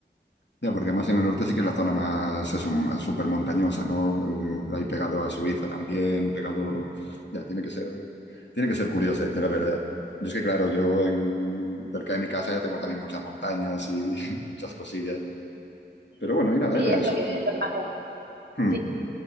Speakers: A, on the left (about 75°); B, on the right (about 65°).
A: Ya, porque además en el norte sí que es la zona más, eso, más súper montañosa, ¿no? Eh, Ahí pegado a Suiza también, pegado... Ya, tiene que ser, tiene que ser curiosa, la verdad. Yo es que, claro, yo en, en- cerca de mi casa ya tengo también muchas montañas y, <laughs> y muchas cosillas. Pero bueno, y nada,
B: Sí,
A: era
B: es
A: eso.
B: lo que, lo que más me gusta.
A: Hmm.
B: Sí.